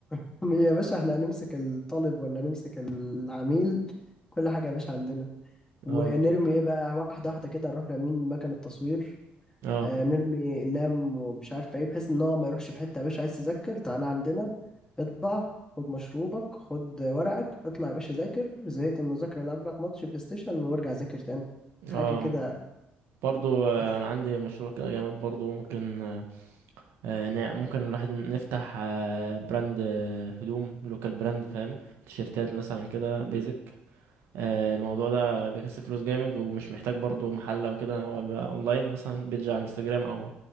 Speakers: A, on the left; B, on the right.
A: <laughs> يا باشا احنا هنمسك الطالب ولا نمسك العميل كل حاجة يا باشا عندنا
B: <laughs>
A: ونرمي
B: اه
A: ايه بقى واحدة واحدة كده نروح رامين مكان التصوير
B: اه
A: آه، نرمي اقلام ومش عارف ايه بحيث ان هو ما يروحش في حته يا باشا عايز تذاكر تعالى عندنا اطبع خد مشروبك خد ورقك اطلع يا باشا ذاكر زهقت من المذاكره العب لك ماتش بلاي ستيشن وارجع ذاكر تاني حاجه
B: اه
A: كده
B: برضو آه،
A: أف-
B: انا عندي مشروع كده جامد برضو ممكن آه، آه، نا- ممكن الواحد نفتح آه، براند آه، هدوم لوكال براند فاهم تيشيرتات مثلا كده بيزك آه، الموضوع ده بيكسب فلوس جامد ومش محتاج برضو محل او كده هو بيبقى اونلاين مثلا بيج على الانستجرام او